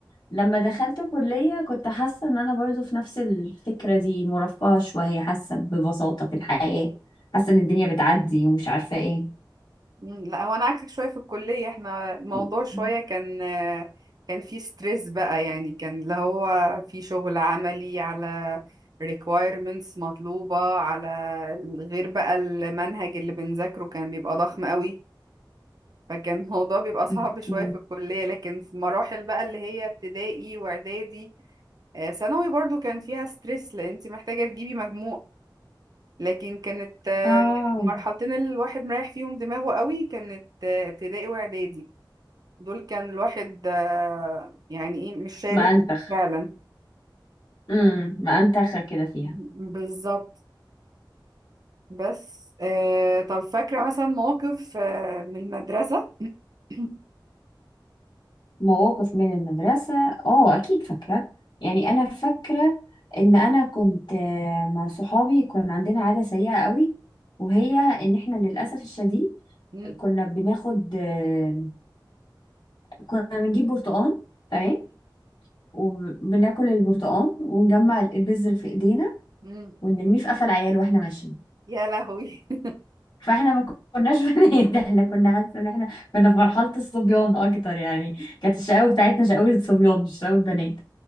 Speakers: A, on the left; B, on the right.
A: لما دخلت كلية كنت حاسة ان انا برضو في نفس الفكرة دي مرفهة شوية حاسة ببساطة في الحياة حاسة ان الدنيا بتعدي ومش عارفة ايه
B: مم، لا هو انا عكسك شويه في الكليه احنا الموضوع
A: <laughs>
B: شويه كان كان في ستريس بقى يعني كان اللي هو في شغل عملي على requirements مطلوبه على غير بقى المنهج اللي بنذاكره كان بيبقى ضخم قوي فكان <laughs> الموضوع بيبقى صعب
A: اوكي
B: شويه في الكليه لكن في مراحل بقى اللي هي ابتدائي واعدادي آه، ثانوي برضو كان فيها ستريس لان انت محتاجه تجيبي مجموع لكن كانت آه،
A: اه
B: المرحلتين اللي الواحد مريح فيهم دماغه قوي كانت آه، ابتدائي واعدادي دول كان الواحد آه، يعني ايه مش شايل
A: مأنتخ
B: هم فعلا
A: امم مأنتخة كده فيها
B: <laughs> بالظبط بس آه، طب فاكرة مثلا موقف آه، من المدرسة <laughs>
A: مواقف من المدرسة اه اكيد فاكرة يعني انا فاكرة ان انا كنت آه، مع صحابي كان عندنا عادة سيئة قوي وهي ان احنا للأسف الشديد
B: مم.
A: كنا بناخد آه، كنا بنجيب برتقان تمام وبناكل البرتقان ونجمع البذر في ايدينا
B: مم.
A: ونرميه في قفا العيال واحنا ماشيين
B: يا لهوي <laughs>
A: فاحنا ما كناش <laughs> بنات احنا كنا حاسه ان احنا كنا في مرحله الصبيان اكتر يعني كانت الشقاوه بتاعتنا شقاوه صبيان مش شقاوه بنات